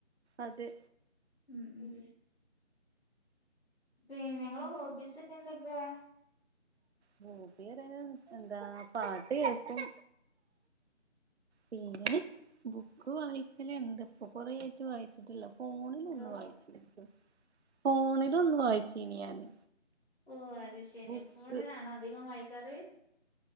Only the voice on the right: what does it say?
അതെ
ഹോബി പറയാൻ എന്താ പാട്ട് കേൾക്കും. പിന്നെ ബുക്ക് വായിക്കല് ഇണ്ട്. ഇപ്പൊ കൊറ ആയിട്ട് വായി ക്കല്ല ഫോണില്
ഒന്ന് വായിച്ച് ഫോണില് ഒന്ന് വായിച്ചിന് ഞാന്.
ബുക്ക്